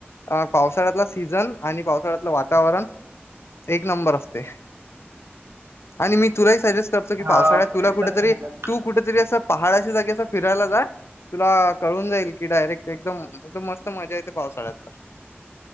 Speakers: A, on the left; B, on the right.
A: अ पावसाळ्यातला सीझन आणि पावसाळ्यातलं वातावरण एक नंबर असते आणि मी तुलाही सजेस्ट करतो की
B: हा
A: पावसाळ्यात तुला
B: ते
A: कुठेतरी,
B: तर झालं.
A: तू कुठेतरी असं पहाडाच्या जागे असं फिरायला जाय तुला कळून जाईल की डायरेक्ट एकदम मस्त मजा येते पावसाळ्यात तर